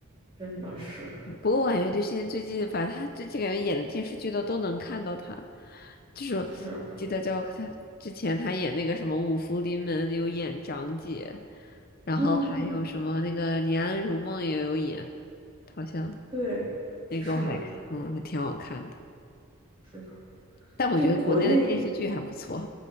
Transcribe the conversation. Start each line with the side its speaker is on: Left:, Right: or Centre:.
Right: 真的是
Left: 不过我感觉就现在最近，反正他最近感觉演的电视剧都都能看到他，就是记得叫他之前他演那个什么《五福临门》有演长姐，
Right: 是啊，
Left: 然后还有什么那个《念安如梦》也有演，
Right: 嗯嗯，
Left: 好像
Right: 对，
Left: 那个我还嗯还挺好看的，
Right: 是的，是的，
Left: 但我觉得国内的电视剧还不错，
Right: 就国内